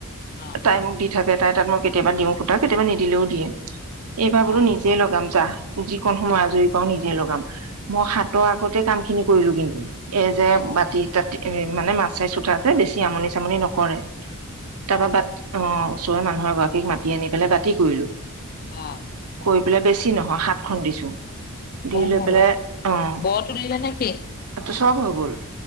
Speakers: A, on the left; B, on the right.
A: অ',
B: তাই মোক দি থাকে তাই তাত মই কেতিয়াবা দিওঁ পুতা কেতিয়াবা নি দিলেও দিয়ে এইবাৰ বোলো
A: অ',
B: নিজে লগাম যাহ যিকোন সময় আজৰি পাওঁ নিজে লগাম মই হাতৰ আগতে কাম খিনি কৰিলো কিন্তু এই যে
A: অ'।
B: বাতি তা মানে মাছ চাইছোতা যে বেছি আমনি চামনি নকৰে তাৰপৰা ব অ ওচৰেৰে মানুহৰ গৰাকীক মাতি আনি পেলাই বাতি কৰিলো
A: অ',
B: কৰি পেলাই বেছি নহয় হাত খন দিছো দি
A: অ',
B: পেলাই অ
A: বৰ তুলিলে নেকি?
B: চব হৈ গ'ল